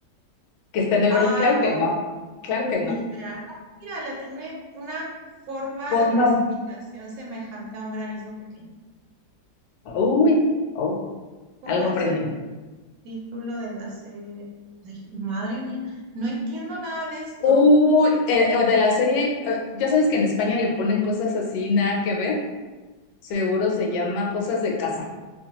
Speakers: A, on the left; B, on the right.
A: que está en el
B: Ay,
A: brazo. Claro
B: no,
A: que no, claro que
B: ni
A: no.
B: idea. Ah, mira, la tiene una forma
A: Forma,
B: de precipitación semejante a un granizo pequeño.
A: uy, oh,
B: ¿Cómo
A: algo
B: es
A: aprendimos.
B: el título de la serie? Ay, madre mía, no entiendo nada de esto.
A: Uy, eh, eh, de la serie, eh, ya sabes que en España le ponen cosas así, nada que ver. Seguro se llama cosas de casa